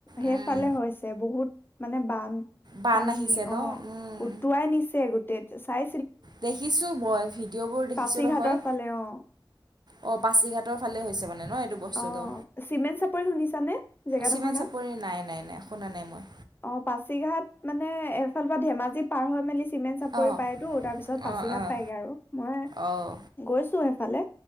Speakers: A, on the left; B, on the right.
A: সেইফালে
B: উম,
A: হৈছে বহুত মানে বানপানী
B: বান আহিছে ন
A: অ'
B: উম,
A: উটুৱাই নিছে গোটেই চাই
B: দেখিছো, মই ভিডিঅ'বোৰ দেখিছো
A: পাছিঘাটৰ
B: নহয়।
A: ফালে অ
B: অ, পাছিঘাটৰ ফালে হৈছে বাৰু ন এইটো বস্তুটো
A: অ চিমেণ্ট চাপৰি শুনিছানে জেগাডোখৰ
B: চিমেণ্ট
A: নাম
B: চাপৰি নাই, নাই, নাই শুনা নাই মই।
A: অ, পাছিঘাট মানে এফালৰ পৰা ধেমাজি পাৰ হৈ মেলি চিমেণ্ট-চাপৰি
B: অঁ
A: পায়তো তাৰ পিছত পাচিঘাট
B: অঁ অঁ
A: পায়গে আৰু। মই
B: অঁ
A: গৈছো এফালে